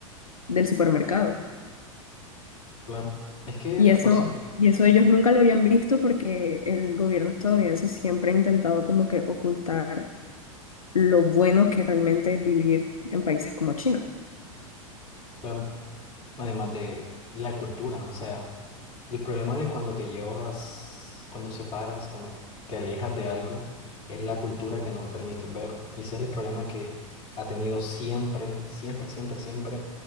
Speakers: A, on the left; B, on the left.
A: del supermercado.
B: Claro, es que
A: Y eso,
B: por eso,
A: y eso ellos nunca lo habían visto porque el gobierno estadounidense siempre ha intentado como que ocultar lo bueno que realmente es vivir en países como China.
B: claro, además de la cultura, o sea. El problema de cuando te llevas, cuando separas, cuando te alejas de algo, es la cultura que no permite ver. Y ese es el problema que ha tenido siempre, siempre, siempre, siempre